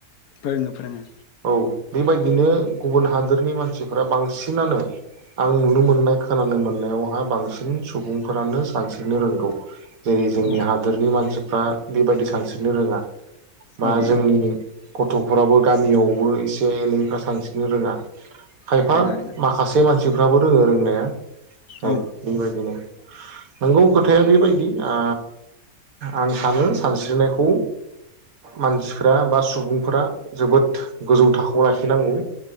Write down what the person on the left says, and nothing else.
फोरोङो फोरोङो।
औ
औ नंगौ
रोङा रोङा
औ